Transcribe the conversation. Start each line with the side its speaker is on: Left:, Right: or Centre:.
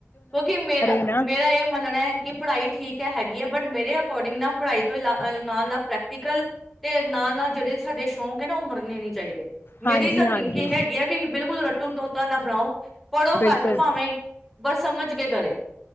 Centre: ਕਿਉਂਕਿ ਮੇਰਾ
Left: ਨਾ
Centre: ਮੇਰਾ ਇਹ ਮੰਨਣਾ ਹੈ ਕਿ ਪੜ੍ਹਾਈ ਠੀਕ ਹੈ ਹੈਗੀ ਹੈ ਬਟ ਮੇਰੇ ਅਕੋਡਿੰਗ ਨਾ ਪੜ੍ਹਾਈ ਤੋਂ ਇਲਾਵਾ ਨਾਲ ਨਾਲ ਪ੍ਰੈਕਟੀਕਲ ਤੇ ਨਾਲ ਨਾਲ ਜਿਹੜੇ ਸਾਡੇ ਸ਼ੌਂਕ ਹੈ ਨਾ ਉਹ ਮਰਨੇ ਨੀ ਚਾਹੀਦੇ।
Left: ਹਾਂਜੀ
Centre: ਮੇਰੀ ਤਾਂ ਥਿੰਕਿੰਗ
Left: ਹਾਂਜੀ
Centre: ਹੈਗੀ ਆ ਕਿ ਬਿਲਕੁਲ ਰੱਟੂ ਤੋਤਾ ਨਾ ਬਣਾਓ ਪੜੋ
Left: ਬਿਲਕੁਲ
Centre: ਘੱਟ ਭਾਵੇ ਪਰ ਸਮਝ ਕੇ ਕਰੇ